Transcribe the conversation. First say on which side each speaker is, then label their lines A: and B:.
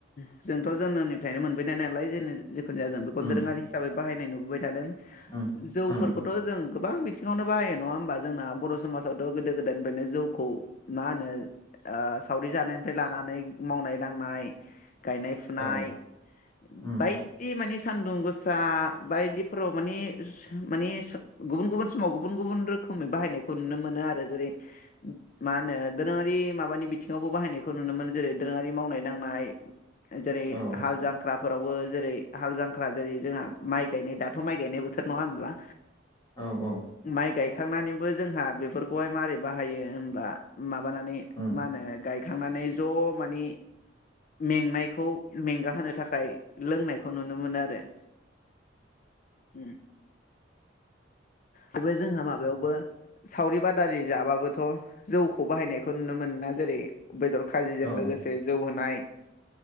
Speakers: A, on the left; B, on the left.
A: जों जोंथ' जोनोमनिफ्रायनो मोनबायनाय नालाय जों जिेखुनु जाया जों बेखौ
B: उम
A: दोरोङारि हिसाबै बाहायनाय नुबोबाय थादों
B: उम
A: जौफोरखौथ'
B: उम
A: जों गोबां बिथिङावनो बाहायो नङा होमबा जोंना बर' समाजावथ' गोदो गोदायनिफ्रायनो जौखौ मा होनो सावरि जानायनिफ्राय लानानै मावनाय दांनाय गायनाय फुनाय
B: औ उम
A: बायदि माने सान्दुं गोसो <unintelligible> बायदिफोराव माने माने गुबुन गुबुन समाव गुबुन गुबुन रोखोमै बाहायनायखौ नुनो मोनो आरो जेरै मा होनो दोरोंङारि माबानि बिथिङावबो बाहायनायखौ नुनो मोनो जेरै दोरोंङारि मावनाय दांनाय जेरै
B: औ
A: हाल जांख्राफोरावबो जेरै हाल जांख्रा जेरै जोंहा माइ गायनाय दाथ' माइ गायनाय बोथोर नङा होनब्ला
B: औ औ
A: माइ गायखांनानैबो जोंहा बेफोरखौहाय माबारोरै बाहायो होनबा माबानानै
B: उम
A: मा होनो गायखांनानै ज' माने मेंनायखौ मेंगाहोनो थाखाय लोंनायखौ नुनो मोनो आरो उम बेबो जोंहा माबायावबो सावरि बादारि जाबाबोथ' जौखौ बाहायनायखौ नुनो मोना जेरै बेदर खाजिजों
B: उम
A: लोगोसे
B: औ
A: जौ होनाय